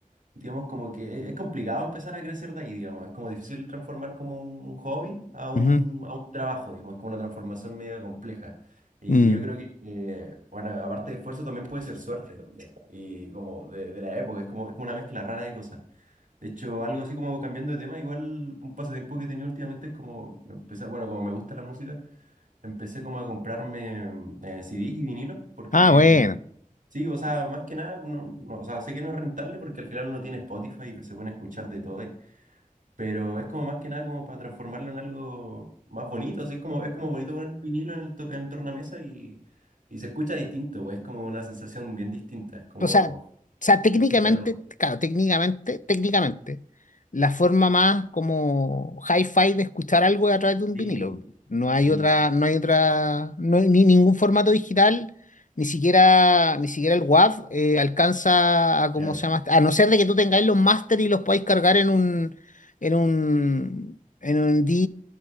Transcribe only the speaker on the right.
digamos, como que es es complicado empezar a crecer de ahí, digamos, es como difícil transformar como un, un hobby a un,
a un trabajo, digamos, es como una transformación media compleja. Y
que yo creo que, eh, bueno, aparte de esfuerzo también puede ser suerte también. Y como de, de la época, es como, es como una mezcla rara de cosas. De hecho, algo así como cambiando de tema, igual un pasatiempo que he tenido últimamente es como empezar, bueno, como me gusta la música, empecé como a comprarme mm, eh, CDs y vinilos, porque
sí, o sea, más que nada, no, no, o sea, sé que no es rentable porque al final uno tiene Spotify y pues, se pueden escuchar de todo ahí, pero es como más que nada como para transformarlo en algo más bonito, así es como, es como bonito poner un vinilo en el, to- en el tornamesa y, y se escucha distinto, es como una sensación bien distinta, es como
se escucha todo.
Sí,
sí,
claro.